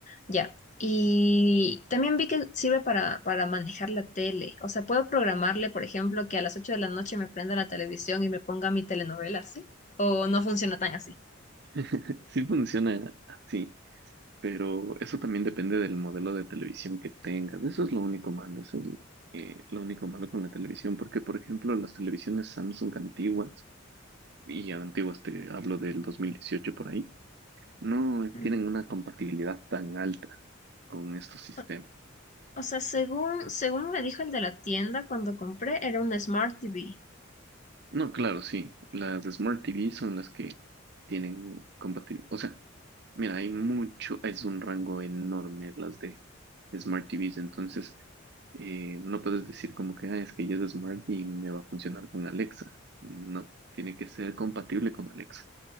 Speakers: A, on the left; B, on the right.
A: Ya. Y también vi que sirve para, para manejar la tele. O sea, puedo programarle, por ejemplo, que a las 8 de la noche me prenda la televisión y me ponga mi telenovela ¿sí? O no funciona tan así.
B: <laughs> Sí funciona así, pero eso también depende del modelo de televisión que tengas. Eso es lo único malo, eso es eh, lo único malo con la televisión, porque por ejemplo las televisiones Samsung antiguas, y antiguas te hablo del 2018 por ahí, no eh,
A: Mm.
B: tienen una compatibilidad tan alta con estos sistemas.
A: O o sea, según, según me dijo el de la tienda cuando compré, era un Smart TV.
B: No, claro, sí, las Smart TV son las que tienen compatibilidad. O sea, mira, hay mucho, es un rango enorme las de Smart TVs, entonces eh, no puedes decir como que, ah, es que ya es Smart y me va a funcionar con Alexa. No, tiene que ser compatible con Alexa.